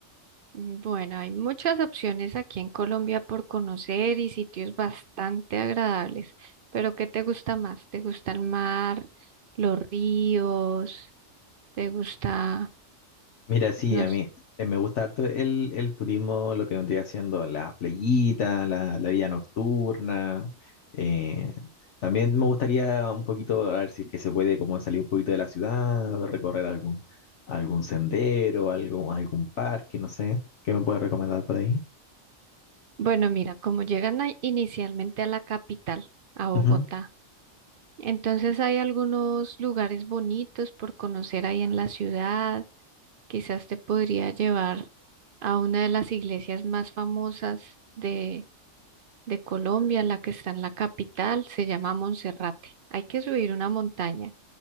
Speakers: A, on the right; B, on the left.
A: Mm, Bueno, hay muchas opciones aquí en Colombia por conocer y sitios bastante agradables. Pero ¿qué te gusta más? ¿Te gusta el mar, los ríos? ¿Te gusta,
B: Mira, sí,
A: no
B: a
A: sé?
B: mí eh, me gusta harto el, el turismo, lo que vendría haciendo las playitas, la, la vida nocturna. eh, también me gustaría un poquito, a ver si es que se puede como salir un poquito de la ciudad, recorrer algún, algún sendero, algún, algún parque, no sé. ¿Qué me puedes recomendar por ahí?
A: Bueno, mira, como llegan a- inicialmente a la capital, a Bogotá,
B: Ujú.
A: entonces hay algunos lugares bonitos por conocer ahí en la ciudad. Quizás te podría llevar a una de las iglesias más famosas de, de Colombia, la que está en la capital, se llama Monserrate. Hay que subir una montaña,